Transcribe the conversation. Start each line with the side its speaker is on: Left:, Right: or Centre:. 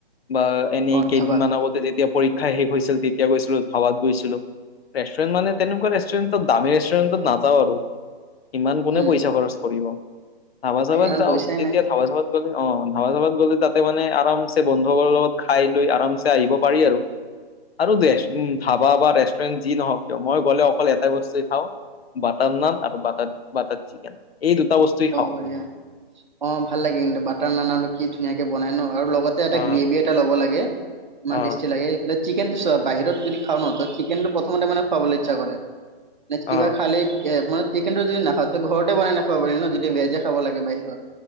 Left: বা এনেই
Right: অ
Left: কেইদিনমান
Right: ধাবাত
Left: আগতে যেতিয়া। পৰীক্ষাই শেষ হৈছিল তেতিয়া গৈছিলো ধাবাত গৈছিলো। ৰেষ্টুৰেণ্ট মানে তেনেকুৱা ৰেষ্টুৰেণ্টত দামী ৰে ৰেণ্টত নাযাও আৰু! ইমান কোনে
Right: উম
Left: পইচা খৰচ কৰিব? ধাবা-চাবাত
Right: তাকে ইমান
Left: যাওঁ।
Right: পইচাই
Left: তেতিয়া
Right: নাই
Left: ধাবা-চাবাত। অ' ধাবা চাবাত গ'লে তাতে মানে আৰামছে বন্ধুবোৰৰ লগত খাই লৈ আৰামছে আহিব পাৰি আৰু। আৰু বেষ্ট। উম ধাবা বাবা, ৰেষ্টুৰেণ্ট যি নহওক কিয়, মই গ'লে অকল এটাই বস্তুৱে খাওঁ। বাটাৰ নান আৰু বাটাৰ-বাটাৰ চিকেন। এই দুটা বস্তুৱেই খাওঁ
Right: অ' বঢ়িয়া।
Left: মই
Right: অ' ভাল লাগে কিন্তু বাটাৰ নান আৰু কি ধুনীয়াকে বনায় ন? আৰু লগতে এটা
Left: অ
Right: গ্ৰেভী এটা ল'ব লাগে। ইমান
Left: অ
Right: তেষ্টি লাগে। একপ্লেট চিক। চিকেনটো চোৱা, বাহিৰত যদি খাও নহ, ত' চিকেনটো প্ৰথমতে মানে খুৱাবলৈ ইচ্ছা কৰে। নে
Left: অ
Right: কিবা খালে। এ মানে চিকেনটো যদি নাখাওঁ তে ঘৰতে বনাই খাব পাৰি ন! ভেজে খাব লাগে বাহিৰত,